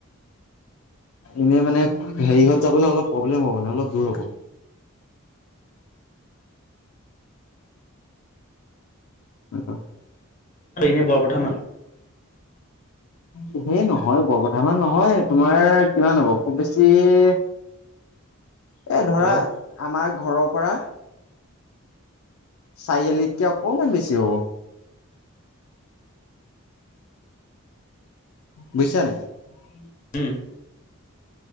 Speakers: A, on the left (about 70°); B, on the left (about 35°).
A: এনেই মানে হেৰি ঘৰত যাবলৈ অলপ প্ৰব্লেম হ'ব মানে অলপ দূৰ হ'ব। অ',
B: নে বৰপথামান
A: উ <inaudible> সেই নহয় বৰপথাৰ মান নহয় তোমাৰ কিমান হব খুব বেছি এ ধৰা
B: হেল্ল'
A: আমাৰ ঘৰৰ পৰা চাৰিআলিতকে অকমান বেছি হ'ব। উম, বুইছানে নাই?
B: উম।